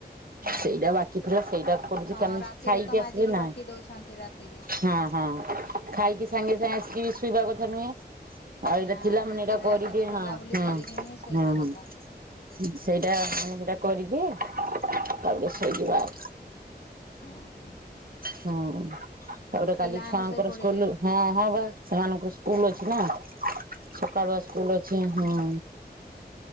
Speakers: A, on the left; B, on the right.
A: ହଁ
B: ସେଇଟା
A: ହଁ
B: ବାକିଥିଲା ସେଇଟାକୁ କରୁଛି
A: ହଁ
B: <unintelligible>
A: ରାତିରେ
B: ଖାଇକି
A: ତ ମାଜିକି
B: ଆସିକି ନା।
A: ରଖି ଦଉଛନ୍ତି ରାତିରେ
B: ହଁ ହଁ ଖାଇକି ସାଙ୍ଗେ ସାଙ୍ଗେ ଆସିକି ବି ଶୁଇବା କଥା ନୁହେଁ। <unintelligible>
A: ନା ଟିକେ ରେଷ୍ଟ ବୁଲାବୁଲି କରିକି ହିଁ ଶୋଇବା କଥା
B: ସେଇଟା ମାନେ ପୁରା କରିବି। ତାପରେ ଶୋଇଯିବା ଆଉ।
A: ଓହୋ।
B: ହୁଁ ତାପରେ
A: ପିଲାମାନେ
B: କାଲି ଛୁଆଙ୍କର
A: ଶୋଇ ପଡିଲେଣି
B: ସ୍କୁଲ ହୁଁ ହଁ ବା ସେମାନଙ୍କ ସ୍କୁଲ ଅଛି ନା, ସକାଳୁଆ ସ୍କୁଲ ଅଛି ହଁ।